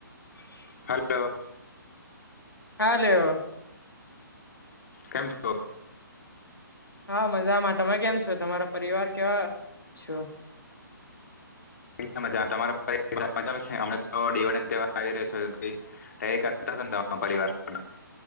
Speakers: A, on the left; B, on the left.
A: <inaudible>
B: Hello.
A: Hello.
B: કેમ છો?
A: હઅ, મજામાં. તમે કેમ છો? તમારા પરિવાર કેવા છો?
B: હઅ મજા, તમારા પરિવાર મજામાં છે, અમે તો દિવાળીન તહેવાર આવી રહ્યો છ તી તૈયારી કરતા હશોને તમારા પરિવાર <unintelligible>